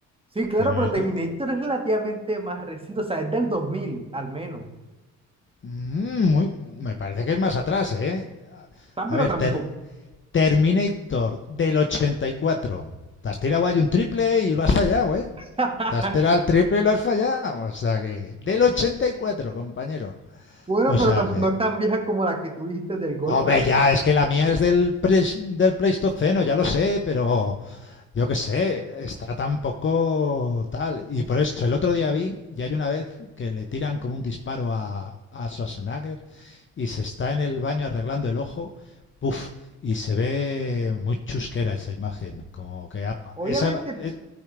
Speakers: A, on the right (about 15°); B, on the left (about 35°).
A: Sí, claro,
B: Terminator...
A: pero Terminator es relativamente más reciente, o sea, es del 2000 al menos. O
B: Mm, muy- me parece que es más atrás, ¿eh?
A: sea,
B: A
A: pero
B: ver,
A: tampoco.
B: Ter- Terminator del 84. Te has tirado ahí un triple y lo has fallado, ¿eh?
A: <laughs>
B: Te has tirado el triple y lo has fallado. O sea que... Del 84, compañero.
A: Bueno,
B: O
A: pero
B: sea
A: tam-
B: que...
A: no es tan vieja como la que tú dijiste del golpe.
B: Hombre, ya, es que la mía es del, pres- del Pleistoceno, ya lo sé, pero yo qué sé, está tan poco tal. Y por eso, el otro día vi, y hay una vez que le tiran como un disparo a, a Schwarzenegger y se está en el baño arreglando el ojo, puff, y se ve muy chusquera esa imagen, como que ha-
A: Obviamente,
B: esa, es-